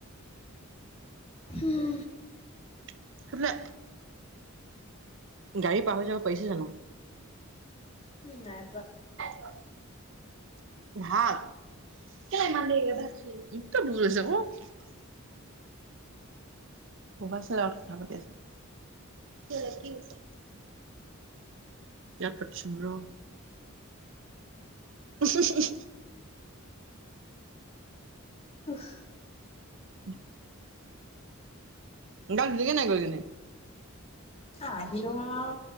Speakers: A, on the left; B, on the right.
A: হ'ম।
B: <unintelligible> গাড়ী পাহৰি যাব পাৰিছে জানো?
A: উম নাইপৰা।
B: <unintelligible> ভাত কেলে ইমান দেৰিকে ভাত খালি এতিয়া ভুক লাগিছে ক। পকাছ লগত কথা পাতি আছো কি ক'লে কিহৈছে। ইয়াৰ পাতি চো ৰ। উ হু হু হু হু।
A: ও হ।
B: <unintelligible> গা ধুলি গে নাই গৈ কিনে?
A: অহ আহিলো আও